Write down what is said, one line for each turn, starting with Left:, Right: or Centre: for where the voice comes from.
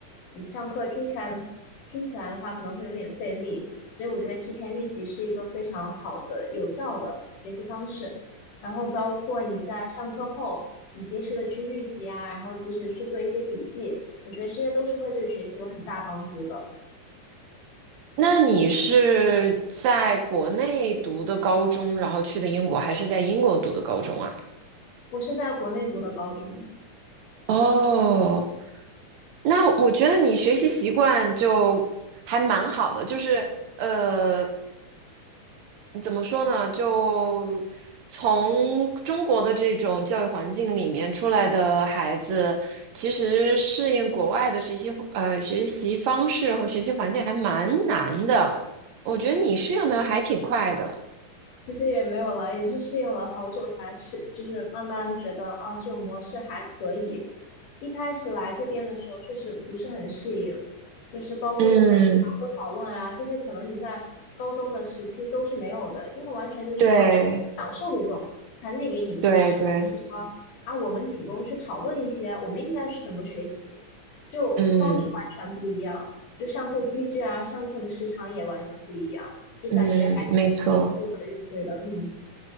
Left: 你上课听起来的听起来的话，可能会有点费力，所以我觉得提前预习是一个非常好的、有效的学习方式。然后包括你在上课后，你及时的去预习啊，然后及时去做一些笔记，我觉得这些都是会对学习有很大帮助的。
Right: 那你是在国内读的高中，然后去的英国，还是在英国读的高中啊？
Left: 我是在国内读的高中，
Right: 哦，那我觉得你学习习惯就还蛮好的，就是呃，怎么说呢？就从中国的这种教育环境里面出来的孩子，其实适应国外的学习呃学习方式和学习环境还蛮难的。我觉得你适应的还挺快的，
Left: 其实也没有了，也是适应了好久才适，就是慢慢觉得啊，这种模式还可以。一开始来这边的时候，确实不是很适应，就是包括一些小组讨论啊，
Right: 嗯。
Left: 这些可能你在高中的时期都是没有的，因为完全就是老师讲授的这种传递给你知识，
Right: 对对对，
Left: 就是说啊，我们主动去讨论一些我们应该去怎么学习，就方式完全不一样，
Right: 嗯
Left: 就上课机制啊，上课的时长也完全不一样。就感觉还挺颠覆我的认知的，
Right: 嗯，没错。
Left: 嗯，